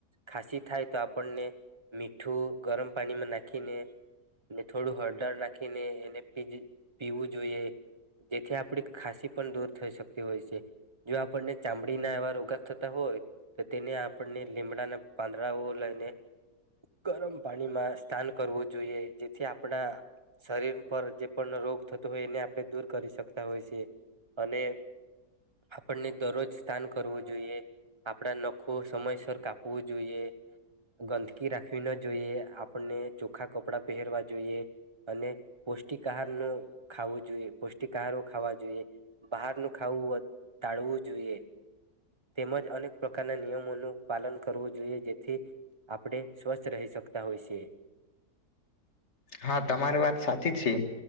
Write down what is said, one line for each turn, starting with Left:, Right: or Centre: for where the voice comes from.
Right: ખાસી થાય તો આપણને મીઠું ગરમ પાણીમાં નાખીને ને થોડું હળદર નાખીને એને પી પીવું જોઈએ જેથી આપડી ખાંસી પણ દૂર થઈ શકતી હોય છે, જો આપણને ચામડીના એવા રોગા થતા હોય તો તેને આપણને લીમડા પાંદડાઓ લઈને ગરમ પાણીમાં સ્નાન કરવું જોઈએ જેથી આપણા શરીર પર જે પણ રોગ થતો હોય એને આપણે દૂર કરી શકતા હોય છે, અને આપણને દરરોજ સ્નાન કરવું જોઈએ, આપણા નખો સમયસર કાપવું જોઈએ, ગંદકી રાખવી ન જોઈએ, આપર્ણૅ ચોખા કપડાં પહેરવા જોઈએ, અને પૌષ્ટિક આહાર નું ખાવું જોઈએ પૌષ્ટિક આહારો ખાવા જોઈએ, બહારનું ખાવું ટાળવું જોઈએ, તેમજ અનેક પ્રકારના નિયમોનું પાલન કરવું જોઈએ જેથી આપણે સ્વસ્થ રહી શકતા હોઈ છે.
Left: હા તમારી વાત સાચી છે